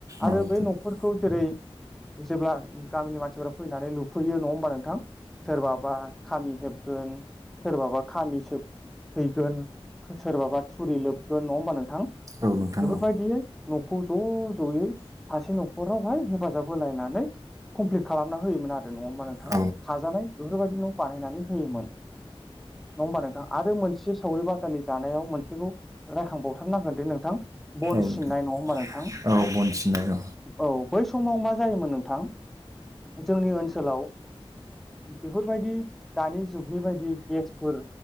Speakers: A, in the centre; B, on the right.
A: आरो
B: औ
A: बै न'फोरखौ जेरै जेब्ला गामिनि मानसिफोरा फैनानै लुफैयो नङा होमबा नोंथां सोरबाबा खामि होबगोन सोरबाबा खामिसोब थैगोन सोरबाबा थुरि लोबगोन नङा होमबा नोंथां
B: औ नोंथां
A: बेफोरबायदियै
B: औ
A: न'खौ ज' ज'यै सासे न'खरावहाय हेफाजाब होलायनानै कमप्लिट खालामना होयोमोन आरो आरो नङा होमबा नोंथां
B: औ
A: थाजानाय बेफोरबायदि न' बानायनानै होयोमोन। नङा होमबा नोंथां आरो मोनसे सावरि बाजारनि जानायाव मोनसेखौ रायखांबावथारनांगोन बे नोंथां बन
B: औ
A: सिननाय
B: नोंथां
A: नङा होबमा नोंथां
B: औ बन सिननाय औ
A: औ बै समाव मा जायोमोन नोंथां जोंनि ओनसोलाव बेफोरबायदि दानि जुगनि बायदि गेसफोर